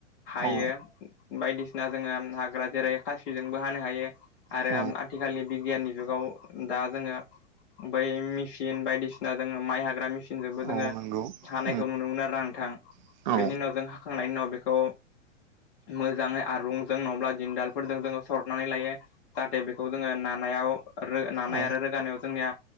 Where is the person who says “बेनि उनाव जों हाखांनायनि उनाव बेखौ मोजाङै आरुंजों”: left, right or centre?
Left